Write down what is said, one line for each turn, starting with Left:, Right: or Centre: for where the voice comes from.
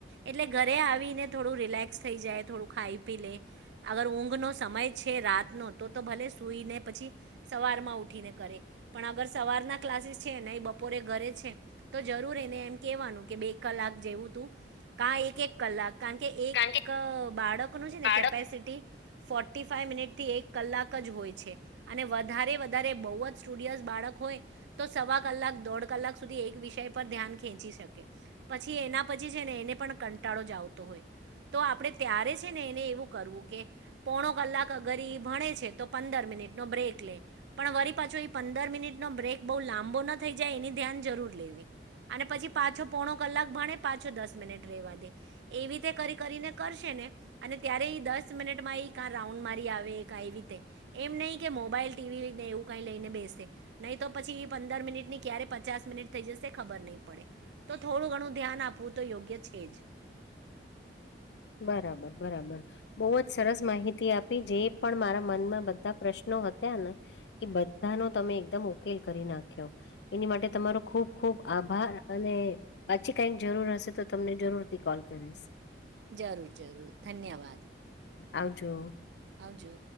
Right: એટલે ઘરે આવીને થોડું રિલેક્સ થઈ જાય થોડું ખાઈ પી લે અગર ઊંઘ નો સમય છે રાતનો તો તો ભલે સુઈને પછી સવાર માં ઉઠીને પણ અગર સવારના ક્લાસીસ છેને બપોરે ઘરે છે તો જરૂર એને એમ કેવાનું કે બે કલાક જેવું તું કા એક એક કલાક કારણ કે એક
Left: કારણ કે
Right: બાળકનું છે ને
Left: બાળક
Right: કેપેસિટી ફોર્ટી ફાઈવ મિનિટથી એક કલાક જ હોય છે અને વધારે વધારે બહુ સ્ટુડયસ બાળક હોય તો સવા કલાક દોઢ કલાક સુધી એક વિષય પર ધ્યાન ખેંચી શકે. પછી એના પછી છે ને એને પણ કંટાળો જ આવતો હોય. તો આપણેે ત્યારે છે ને એને એવું કરવું કે પોણો કલાક અગર ભણે છે તો પંદર મિ નિટનો બ્રેક લે પણ વરી પાછો પંદર મિનિટનો બ્રેક બહુ લાંબો ના થઈ જાય એની ધ્યાન જરૂર લેવી અને પછી પાછો પોણો કલા ક ભણે પાછો દસ મિનિટ રેવા દે એવી રીતે કરી કરીને કરશે ને અને ત્યારે એ દસ મિનિટમાં ઈ કા રાઉન્ડ મારી આવે એ રીતે એમ નહી કે મોબાઈલ ટીવીને એવું કઈ લઈને બેસ નહી તો પછી એ પંદર મિનિટની ક્યારે પચાસ મિનિટ થઈ જશે ખબર નહીં પડે તો થોડું ઘણું. ધ્યાન આપવું તો યોગ્ય છે જ.
Left: બરાબર બરાબર બહુ જ સરસ માહિતી આપી જે પણ મારા મનમાં બધા પ્રશ્નો હતા તને એ બધા ન તમે એકદમ ઉકેલ કરી નાખ્યો એની માટે તમારો ખુબ ખૂબ આભાર અને પાછી કઈક જરૂર હશે તો તમને જરૂરથી કોલ કરીશ.
Right: જરૂર જરૂર ધન્યવાદ.
Left: આવ જો.
Right: આવજો.